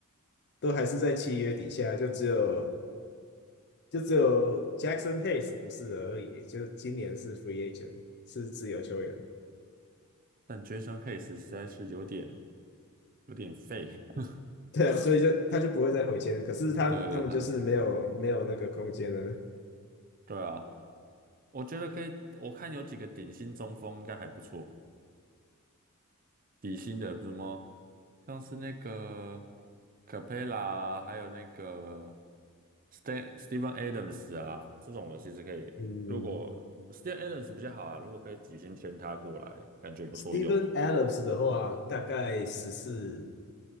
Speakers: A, on the left; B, on the right.
A: 都还是在契约底下，就只有就只有 Jackson Hayes 不是而已，就今年是 free agent，是自由球员。
B: 但 Jason Hayes 实在是有点有点废，<laughs>
A: 对啊，所以就他就不会再回签，可是他他们就是没有没有那个空间了。
B: 对，很对啊，我觉得可以，我看有几个顶薪中锋应该还不错，底薪的什么像是那个 Capela，还有那个 Stan Steven Adams 啊，这种我其实可以，
A: 嗯
B: 如果 Steven Adams 比较好啊，如果可以底薪签他过来，感觉不错用，
A: s t e p h e n Adams 的话，大概十四